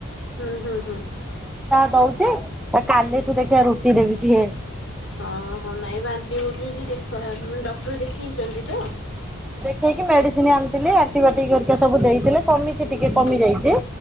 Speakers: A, on the left; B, in the centre.
A: ହୁଁ ହୁଁ ହୁଁ।
B: ଦଉଛେ କାଲିଠୁ ଦେଖିବା ରୁଟି ଦେବୁଛି ହେ
A: ହଁ ହଁ ନାଇଁ ବାନ୍ତି ହଉଛି, ଦେଖ ଡକ୍ଟର ଦେଖେଇଛନ୍ତି ତ?
B: ଖାଇକି ମେଡିସିନ ଆଣିଥିଲି, ଆଣ୍ଟିିବାଟିକ କରିକା ସବୁ ଦେଇଥିଲେ। କମିଛି
A: ହୁଁ।
B: ଟିକେ କମି ଯାଇଛି।